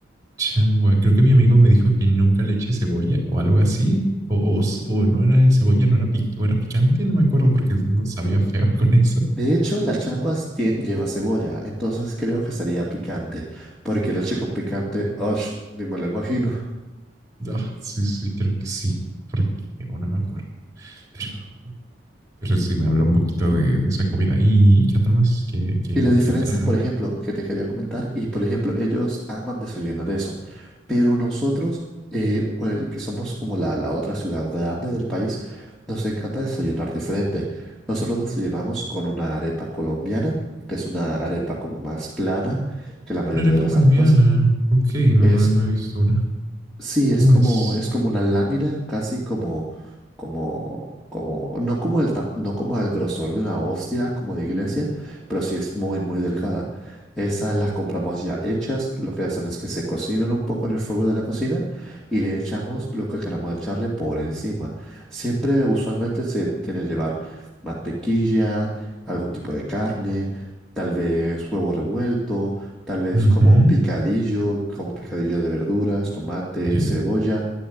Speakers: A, on the right; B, in the centre.
A: changua, creo que mi amigo me dijo que nunca le eche cebolla o algo así. O, o s- o no era de cebolla, no era, pic- o era picante, no me acuerdo porque no sabía feo <laughs> con eso.
B: De hecho, la changua tie- lleva cebolla, entonces creo que sería picante, porque leche con picante, ¡osh! Ni me lo imagino.
A: Ah, sí, sí, creo que sí. Porque, o no me acuerdo, pero, pero sí me habló un poquito de, de esa comida. ¿Y qué otra más? ¿Qué, qué,
B: Y la diferencia,
A: qué otra?
B: por ejemplo, que te quería comentar, y por ejemplo, ellos aman desayunar eso, pero nosotros, eh, o el que somos como la, la otra ciudad grande del país, nos encanta desayunar diferente. Nosotros desayunamos con una arepa colombiana, que es una arepa como más plana que la mayoría
A: Una arepa
B: de las
A: colombiana.
B: arepas.
A: Ok, no,
B: Es
A: no, no he visto una.
B: Sí, es
A: ¿Cómo
B: como,
A: es?
B: es como una lámina, casi como, como, como, no como el, tam- no como el grosor de una hostia, como de iglesia, pero sí es muy, muy delgada. Esas las compramos ya hechas, lo que hacen es que se cocinan un poco en el fuego de la cocina y le echamos lo que queramos echarle por encima. Siempre, usualmente, se tiene que llevar mantequilla, algún tipo de carne, tal vez huevo revuelto tal vez
A: Ujú.
B: como picadillo, como picadillo de verduras, tomate,
A: Oye,
B: cebolla,